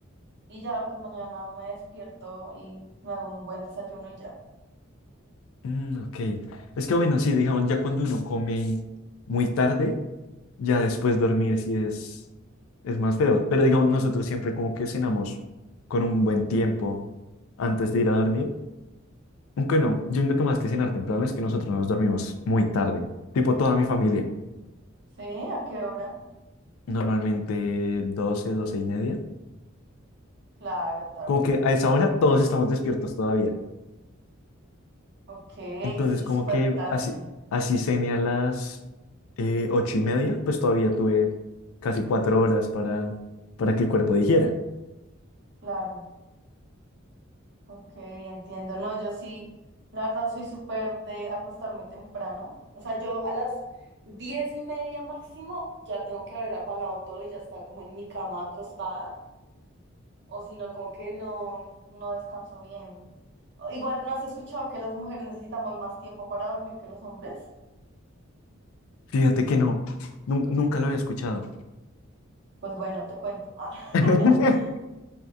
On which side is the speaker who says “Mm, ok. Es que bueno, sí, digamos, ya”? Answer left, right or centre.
Left